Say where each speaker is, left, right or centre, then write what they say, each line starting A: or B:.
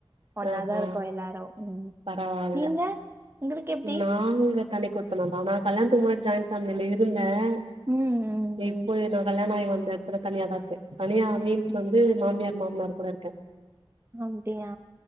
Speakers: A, on the right; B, on the right.
A: ஒண்ணாதா
B: ஆஹா
A: இருக்கோ எல்லாரு ம்
B: பரவால்ல
A: நீங்க உங்களுக்கு எப்டி
B: நா நாங்க இங்க தனி குடுத்தனோ தா நா கல்யாணத்துகு முன்னாடி ஜாய்ன் பேமிலில இருந்த
A: ம்
B: <inaudible>
A: ம்
B: இப்பய நா கல்யாணோ ஆயி வந்த இப்ப நா தனியா தா இருக்க தனியா மீன்ஸ்
A: ம்
B: வந்து மாமியார் மாமனார் கூட இருக்க
A: அப்டியா